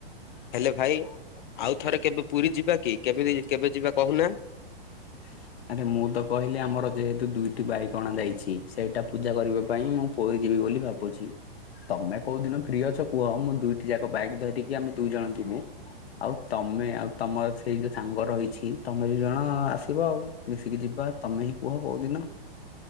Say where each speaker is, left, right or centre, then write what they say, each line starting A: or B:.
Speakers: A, on the left (about 55°); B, on the left (about 85°).
A: ହାଲୋ ଭାଇ। ଆଉ ଥରେ କେବେ ପୁରୀ ଯିବା କି କେବେ-କେବେ ଯିବା କହୁନା?
B: <unintelligible> ଆରେ ମୁଁ ତ କହିଲି ଆମର ଯେହେତୁ ଦୁଇଟି ବାଇକ ଅଣାଯାଇଚି ସେଇଟା ପୂଜା କରିବା ପାଇଁ ମୁଁ ପୁରୀ ଯିବି ବୋଲି ଭାବୁଚି। ବୁଝି ତମେ କୋଉ ଦିନ ଫ୍ରି ଅଛ କୁଅ ମୁଁ ଦୁଇଟି ଯାକ ବାଇକ୍ ଧରିକି ଆମେ ଦୁଇ ଜଣ ଯିବୁ ଆଉ ତମେ ଆଉ ତମର ସେଇ ଯୋଉ ସାଙ୍ଗ ରହିଛି ତମେ ଦି ଜଣ ଆସ ସିବ ଆଉ ମିଶିକି ଯିବା ତମେ ହିଁ କୁହ କୋଉଦିନ